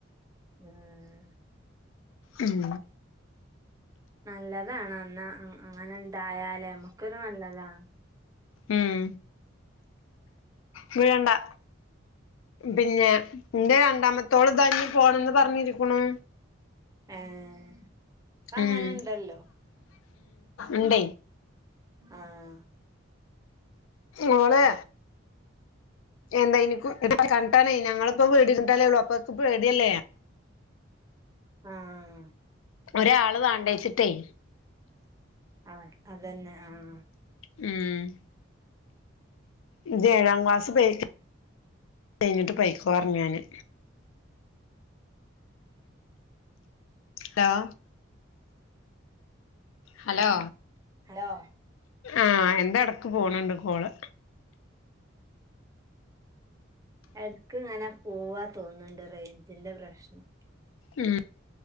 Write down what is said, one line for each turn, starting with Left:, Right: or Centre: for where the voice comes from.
Right: ആഹ്
Left: ഉം
Right: നല്ലതാണ് അന്ന അങ്ങനെ ഇണ്ടായാലേ നമുക്കൊരു നല്ലതാ.
Left: ഉം വീഴണ്ടാ. പിന്നെ എന്റ രണ്ടാമത്തോള് ഇതാ ഇനി പോണന്ന് പറഞ്ഞിരിക്കണു.
Right: ഏഹ് ഇപ്പ
Left: ഉം
Right: അങ്ങനെ ഇണ്ടല്ലോ
Left: ഉം
Right: ആഹ്.
Left: ഓളെ. എന്താ ഇനിക്കും കണ്ടാനേ ഞങ്ങളിപ്പോ വീടെട്ടാലേ ള്ളൂ അപ്പൊക്ക് പേടിയല്ലേ.
Right: ആഹ്
Left: ഒരാള് വാണ്ടെവെച്ചിട്ടേ.
Right: ആഹ് അതന്നെ ആഹ്.
Left: ഉം. ഇജി ഏഴാം ക്ലാസ് കയിഞ്ഞിട്ട് പൊയ്ക്കോറഞ് ഞാന്. Hello hello.
Right: ഹലോ.
Left: ആഹ് എന്റെടക്ക് പോണണ്ട് കോള്.
Right: എടക്ക് ഇങ്ങനെ പോവാ തോന്ന്ണ്ട് റേഞ്ചിന്റെ പ്രശ്നം.
Left: ഉം